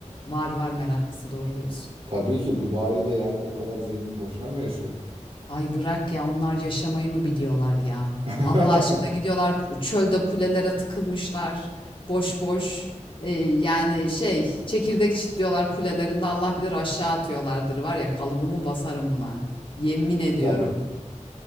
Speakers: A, on the left; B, on the right.
A: Var var meraklısı doğru diyorsun.
B: Tabii ki Dubai'de yani o kadar zengin boşuna mı yaşıyor?
A: Ay bırak ya onlar yaşamayı mı biliyorlar ya?
B: <laughs>
A: Allah aşkına gidiyorlar ku- çölde kulelere tıkılmışlar. Boş boş e, yani şey çekirdek çitliyorlar kulelerinde Allah bilir aşağı atıyorlardır var ya kalıbımı basarım buna. Yemin ediyorum.
B: Tabii.